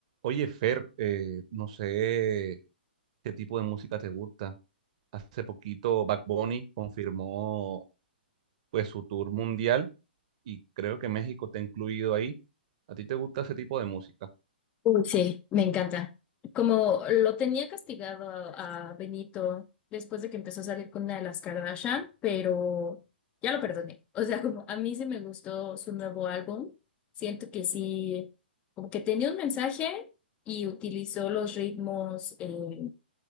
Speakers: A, on the right; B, on the left.
A: Oye, Fer, eh, no sé qué tipo de música te gusta. Hace poquito Bad Bunny confirmó pues su tour mundial y creo que México te ha incluido ahí. ¿A ti te gusta ese tipo de música?
B: Uy, sí, me encanta. Como lo tenía castigado a a Benito después de que empezó a salir con una de las Kardashian, pero ya lo perdoné. O sea, como a mí sí me gustó su nuevo álbum. Siento que sí, como que tenía un mensaje y utilizó los ritmos eh,